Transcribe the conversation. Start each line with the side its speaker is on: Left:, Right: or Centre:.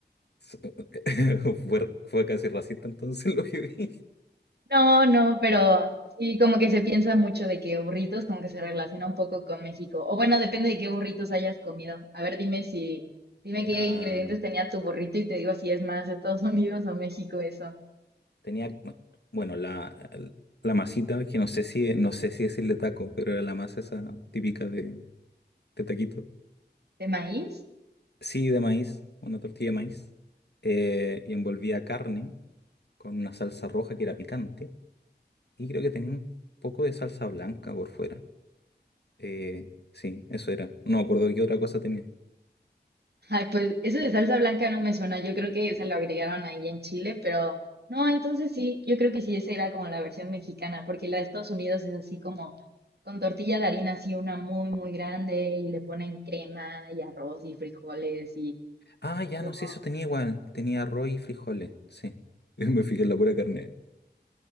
Left: S- <laughs> Fue, fue casi racista entonces <laughs> lo que dije.
Right: No, no, pero sí, como que se piensa mucho de que burritos, como que se relaciona un poco con México. O bueno, depende de qué burritos hayas comido. A ver, dime si, dime
Left: Era,
Right: qué ingredientes tenía tu burrito y te digo si es más Estados Unidos o México eso.
Left: tenía, bueno, bueno, la, la masita, que no sé si, no sé si decirle taco, pero era la masa esa típica de, de taquito.
Right: ¿De maíz?
Left: Sí, de maíz, una tortilla de maíz, eh, y envolvía carne con una salsa roja que era picante Y creo que tenía un poco de salsa blanca por fuera. Eh, sí, eso era. No me acuerdo qué otra cosa tenía.
Right: Ay, pues eso de salsa blanca no me suena. Yo creo que se lo agregaron ahí en Chile, pero no, entonces sí, yo creo que sí, esa era como la versión mexicana, porque la de Estados Unidos es así como con tortilla de harina, así una muy, muy grande, y le ponen crema y arroz y frijoles y
Left: Ah,
Right: pollo.
Left: ya no sé, eso tenía igual. Tenía arroz y frijoles, sí. <laughs> Me fijé en la pura carne.